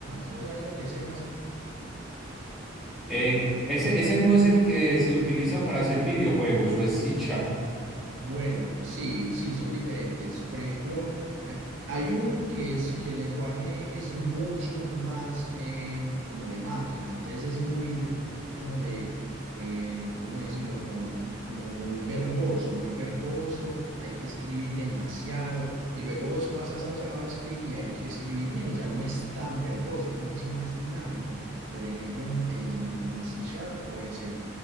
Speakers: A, on the right (about 65°); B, in the centre.
A: ¿Vos sabes lo que es C++?
B: Eh, ese, ese no es el que se utiliza para hacer videojuegos, o es c
A: Bueno, sí, sí, son diferentes. Por ejemplo, eh, hay uno que es que el lenguaje es mucho más eh, como de máquina, entonces es muy r- lleno de, eh, ¿cómo decirlo? Como, como muy verboso, muy verboso, hay que escribir demasiado y luego vos pasas a JavaScript y hay que escribir menos, ya no es tan verboso, es mucho más dinámico. Por ejemplo, en, en, en C Sharp o en C++.